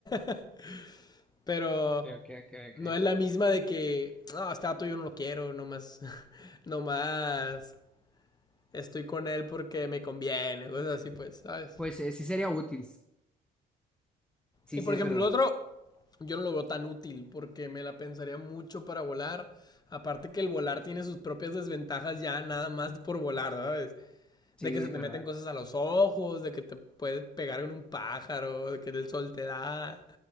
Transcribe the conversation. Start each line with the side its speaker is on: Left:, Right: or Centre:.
Left: <laughs> pero
Centre: Ok, ok, ok,
Left: no
Centre: ok.
Left: es la misma de que, no, oh, este vato yo no lo quiero, nomás, <laughs> nomás estoy con él porque me conviene, cosas así, pues, ¿sabes?
Centre: Pues eh, sí sería útil. Sí,
Left: Y
Centre: sí,
Left: por
Centre: es
Left: ejemplo,
Centre: verdad.
Left: el otro, yo no lo veo tan útil porque me la pensaría mucho para volar. Aparte que el volar tiene sus propias desventajas ya nada más por volar, ¿sabes?
Centre: Sí,
Left: De que se
Centre: es
Left: te
Centre: verdad.
Left: meten cosas a los ojos, de que te puedes pegar con un pájaro, de que el sol te da,